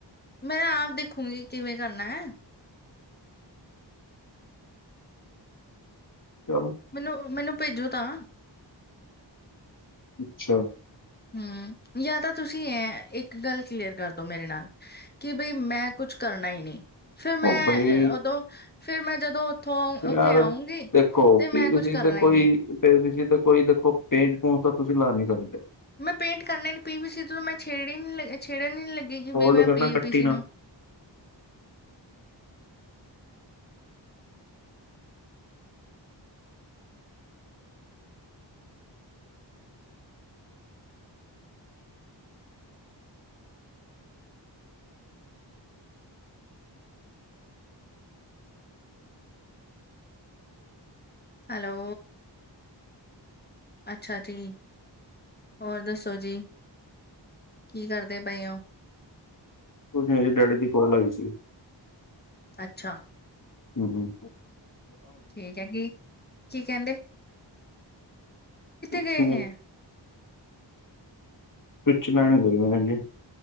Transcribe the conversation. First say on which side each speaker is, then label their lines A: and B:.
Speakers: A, on the left (about 20°); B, on the left (about 45°).
A: ਮੈਂ ਆਪ ਦੇਖੂਗੀ ਕਿਵੇਂ ਕਰਨਾ ਐ।
B: ਚਲ।
A: ਮਲਬ, ਮਲਬ ਭੇਜੋ ਤਾਂ।
B: ਅੱਛਾ।
A: ਹੂੰ, ਯਾਂ ਤਾਂ ਤੁਸੀ ਐਂ ਇੱਕ ਗੱਲ ਕਲੀਅਰ ਕਰਦੋ ਮੇਰੇ ਨਾਲ ਕਿ ਬਈ ਮੈਂ ਕੁੱਛ ਕਰਨਾ ਈ ਨੀ। ਫਿਰ ਮੈਂ
B: ਉਹ ਬਈ
A: ਅ ਔਦੋਂ, ਫਿਰ ਮੈਂ ਜਦੋਂ ਔਥੋਂ
B: ਯਾਰ
A: ਔਥੇ ਆਉਂਗੀ
B: ਦੇਖੋ
A: ਤੇ ਮੈਂ
B: ਪੀ ਵੀ
A: ਕੁਛ
B: ਤੇ ਏਤੇ
A: ਕਰਨਾ
B: ਕੋਈੇ
A: ਹੀ ਨਹੀਂ
B: ਤੇ ਤੁਸੀ ਏਥੇ ਕੋਈ ਦੇਖੋ ਪੇਂਜ ਪੂਜ ਤਾਂ ਤੁਸੀ ਲਾ ਨੀ ਸਕਦੇ
A: ਮੈਂ ਪੇਂਟ ਕਰਨਾ ਈ ਨੀ। ਪੀ ਵੀ ਸੀ ਤੋਂ ਮੈਂ ਛੇੜ ਈ ਨ ਲੱ ਛੇੜਨ ਨੀ ਲੱਗੀ ਕਿ ਵੀ
B: ਹੋਲਡ
A: ਮੈਂ
B: ਕਰਨਾ
A: ਪੀ
B: ਕੱਟੀ
A: ਪੀ ਸੀ
B: ਨਾ
A: ਨੂੰ ਹੈਲੋ। ਅੱਛਾ, ਠੀ ਹੋਰ ਦੱਸੋ ਜੀ? ਕੀ ਕਰਦੇ ਪਏ ਔ?
B: ਕੁਛ ਨੀ ਹਜੇ ਡੈਡੀ ਦੀ ਕੋਲ ਆਈ ਸੀ।
A: ਅੱਛਾ।
B: ਹੂੰ-ਹੂੰ।
A: ਠੀਕ ਹੈਗੀ। ਕੀ ਕੈਂਦੇ?
B: ਕੁਛ
A: ਗਏ
B: ਨਈ।
A: ਹੈ
B: ਕੁਛ ਲੈਣ ਗਏ ਹੈਂਗੇ। <unintelligible>